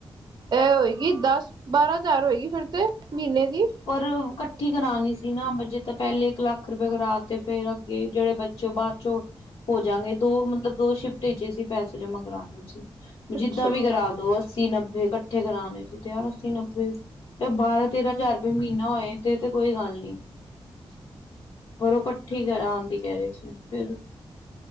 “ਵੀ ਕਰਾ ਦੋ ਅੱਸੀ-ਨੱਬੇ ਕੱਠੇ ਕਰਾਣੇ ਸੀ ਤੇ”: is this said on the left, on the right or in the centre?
Left